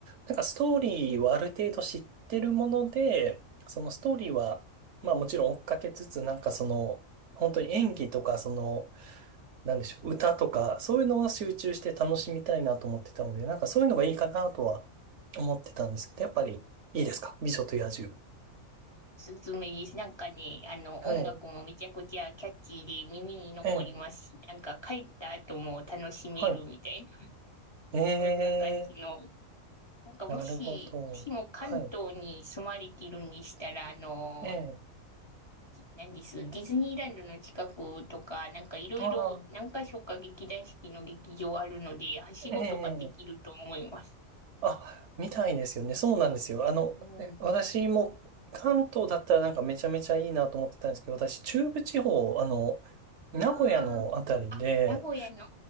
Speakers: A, on the right (about 65°); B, on the left (about 30°).
A: なんかストーリーはある程度知ってるもので、そのストーリーは、まあもちろん追っかけつつ、なんかその、本当に演技とか、その、なんでしょう、歌とか、そういうのは集中して楽しみたいなと思ってたので、なんかそういうのがいいかなとは思ってたんですけど、やっぱりいいですか美女と野獣。
B: おすすめです。なんかね、あの、
A: はい。
B: 音楽もめちゃくちゃキャッチーで耳に残りますし、
A: ええ。
B: なんか帰った後も楽しめるみたいな、
A: はい。
B: <laughs>
A: ええ。
B: そんな感じの。なんかもし、
A: なるほど。
B: もしも関東に住まれているんでしたら、
A: はい。
B: あの、
A: ええ。
B: なんです、ディズニーランドの近くとか、なんかいろいろ何か所か劇団四季の劇場あるので、
A: ああ。
B: はしごとかできると思います。
A: ええ、あ、みたいですよね。そうなんですよ。あの、
B: うん。
A: え私も関東だったらなんかめちゃめちゃいいなと思ってたんですけど、私中部地方、あの、名古屋のあたりで、
B: ああ、あ、名古屋の。